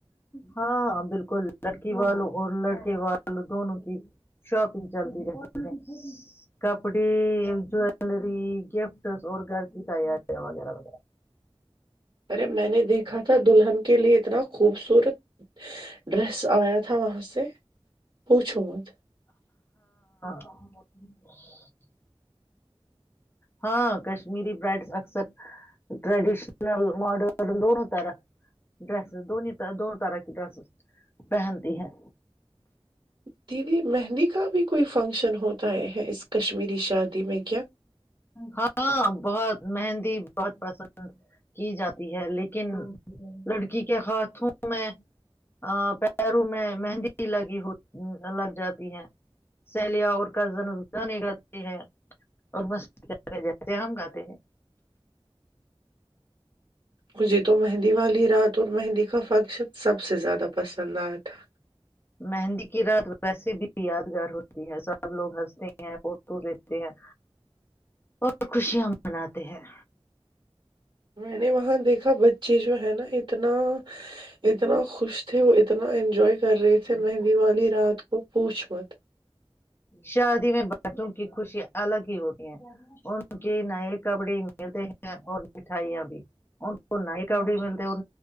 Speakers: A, on the left; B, on the right.
A: ہاں بالکل لڑکی والوں اور لڑکے والوں دونوں کی شاپنگ چلتی رہتی ہیں کپڑے جیلری گفٹس اور گھر کی تیاریاں وغیرہ وغیرہ
B: ارے میں نے دیکھا تھا دلہن کے لیے اتنا خوبصورت ڈریس آیا تھا وہاں سے پوچھو مت
A: <inaudible> ہاں کشمیری برائڈس اکثر ٹریڈیشنل ماڈرن دونوں طرح ڈریسز د دونوں طرح کی ڈریسز پہنتی ہیں
B: بھیی مہندی کا بھی کوئی فنکشن ہوتا ہے ہے اس کشمیر شادی میں کیا
A: ہاں بہت مہندی بہت پسند کی جاتی ہے لیکن لڑکی کے ہاتھوں میں پیروں میں مہندی لگی ہو لگ جاتی ہے سیلیا اور کزن اس اور مست کر جاتے ہیں ہم گاتے ہیں
B: مجھے تو مہندی والی رات اور مہندی کا فنکشن سب سے زیادہ پسند آیا تھا
A: مہندی کی رات ویسے بھی یادگار ہوتی ہے سب لوگ ہنستے ہیں فوٹو دچتے ہیں اور خوشیاں مناتے ہیں
B: میں نے وہاں دیکھا بچے جو ہے نا اتنا اتنا خوش تھے وہ اتنا انجوائے کر رہے تھے مہندی
A: ہیں
B: والی رات کو پوچ مت
A: شادی میں بچوں کی خوشیا الگ ہی ہوتی ہیں ان کے نئے کپڈی ملتے ہیں اور مٹھائیاں بھی ان کو نئے کپڑی ملتے اور